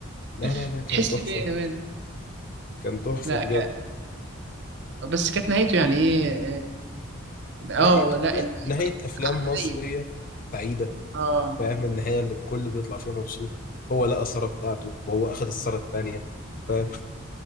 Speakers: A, on the left (about 40°); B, on the right (about 55°).
A: لا لا
B: <laughs>
A: لا كان
B: تحس
A: تحفة
B: بيه يا مان
A: كان تحفة
B: لا
A: بجد
B: ك... بس كانت نهايته يعني ايه اه
A: نهاية
B: آه، آه، آه، آه، لا إن-
A: نهاية أفلام
B: عادية
A: مصرية بعيدة
B: اه
A: فاهم النهاية اللي الكل بيطلع فيها مبسوط هو لقى سارة بتاعته وهو أخد السارة التانية فاهم